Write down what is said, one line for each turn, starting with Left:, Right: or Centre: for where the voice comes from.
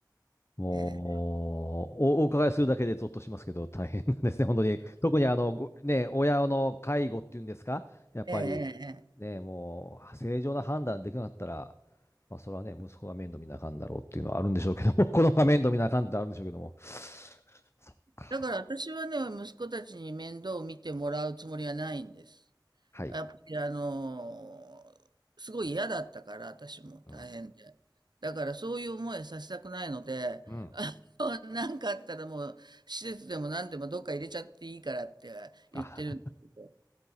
Left: もう、
Right: え
Left: お、お伺いするだけでゾッとしますけど、大変なんですね、本当に。特にあの、ごね、親の介護っていうんですか、やっぱり、
Right: え、ええ、ええ。
Left: ね、もう、正常な判断できなかったら、まあ、それはね、息子が面倒見なあかんだろうっていうのはあるんでしょうけども、<laughs> 子供が面倒見なあかんってあるんでしょうけども。そっか。
Right: だから私はね、息子たちに面倒を見てもらうつもりはないんです。
Left: はい。
Right: やっぱりあのーすごい嫌だったから、私も大変で。
Left: うん。
Right: だからそういう思いさせたくないので、
Left: うん。
Right: <laughs> なんかあったらもう施設でも何でもどっか入れちゃっていいからって言ってるんですけど。
Left: あ、